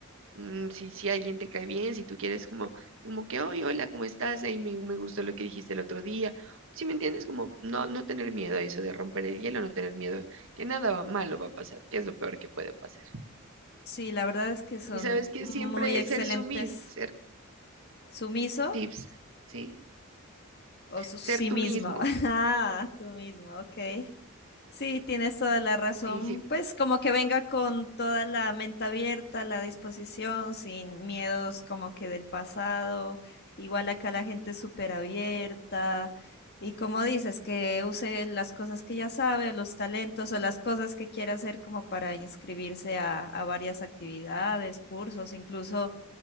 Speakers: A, on the right; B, on the left.
A: mm, si, si alguien te cae bien, si tú quieres como, como que, hoy hola, ¿cómo estás? Ey, me, me gustó lo que dijiste el otro día. Si me entiendes? Como no, no tener miedo a eso de romper el hielo, no tener miedo que nada va- malo va a pasar, que es lo peor que puede pasar.
B: sí, la verdad es que son
A: Y sabes que siempre
B: muy excelentes.
A: es ser sumis, ser
B: ¿Sumiso
A: tips, ¿sí?
B: o su
A: Ser
B: sí
A: tú
B: mismo?
A: mismo.
B: <laughs> Ah, tú mismo, ok. Sí, tienes toda la razón.
A: Sí, sí,
B: Pues como que venga con toda la mente abierta, la disposición, sin miedos como que del pasado. Igual acá la gente es súper abierta. Y como dices, que use las cosas que ya sabe, o los talentos o las cosas que quiera hacer como para inscribirse a, a varias actividades, cursos, incluso